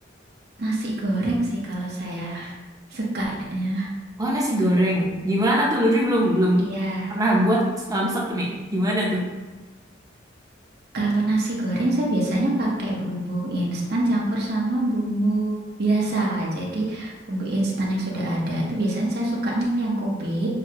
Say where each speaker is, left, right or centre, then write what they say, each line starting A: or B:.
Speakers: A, on the right (about 55°); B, on the right (about 20°).
A: Nasi goreng sih kalau saya sukanya.
B: Oh nasi goreng. Gimana tuh Luffy belum belum
A: Iya,
B: pernah buat samsak nih. Gimana tuh?
A: kalau nasi goreng saya biasanya pakai bumbu instan campur sama bumbu biasa. Jadi bumbu instan yang sudah ada itu biasanya saya sukanya yang Kobe.